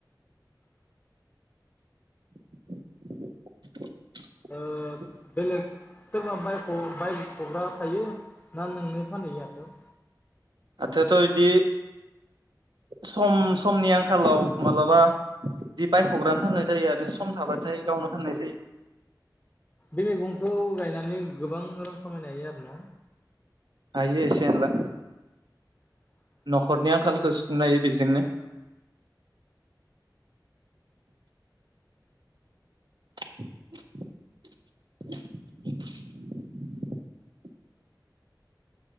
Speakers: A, on the right; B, on the left.
A: <unintelligible>
B: ओ बेलेग सोरबा बाय' बायख'ग्रा थायो ना नोंनो फानहैयो हाथायाव
A: हाथायाथ' इदि सम समनि आंखालाव मालाबा बिदि बायख'ग्रानो फाननाय जायो आरो सम थाबाथाय गावनो फाननाय जायो
B: बे मैगंखौ गायनानै गोबां रां खामायनो हायो आरो ना
A: हायो एसे एनला न'खरनि आंखालखौ सुफुंनो हायो बेजोंनो <unintelligible>